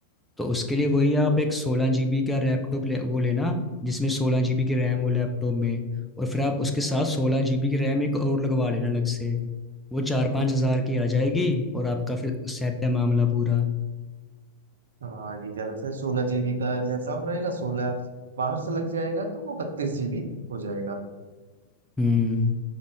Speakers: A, in the centre; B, on the right.
A: तो उसके लिए वही आप एक सोलह जीबी का लैपटॉप ले वो लेना जिसमें सोलह जीबी की रैम हो लैपटॉप में और फिर आप उसके साथ सोलह जीबी की रैम एक और लगवा लेना अलग से वो चार पाँच हज़ार की आ जाएगी और आपका फिर सेट है मामला पूरा
B: हाँ ये ज्यादा से सोलह जीबी का लैपटॉप रहेगा सोलह बाहर से लग जाएगा तो वो बत्तीस जीबी हो जाएगा
A: हम्म